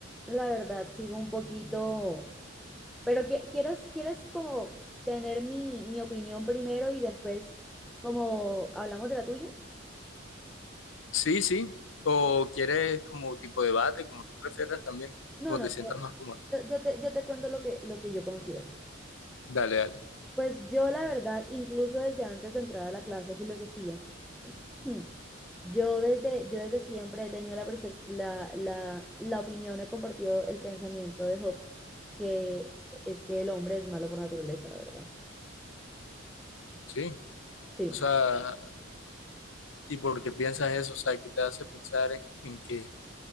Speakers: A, in the centre; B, on the left.
A: la verdad, sigo un poquito. Pero qui- quieres, quieres como tener mi, mi opinión primero y después como hablamos de la tuya.
B: Sí, sí. O quieres como tipo debate, como tú prefieras también,
A: No,
B: como
A: no,
B: te sientas
A: yo,
B: más cómodo.
A: yo- yo te, yo te cuento lo que, lo que yo considero.
B: Dale, dale.
A: Pues yo la verdad, incluso desde antes de entrar a la clase de filosofía, <clears throat> yo desde, yo desde siempre he tenido la, percep- la, la, la opinión, he compartido el pensamiento de Hobbes, que es que el hombre es malo por naturaleza, la verdad.
B: Sí.
A: Sí.
B: O sea, ¿y por qué piensas eso? O sea, ¿qué te hace pensar en, en que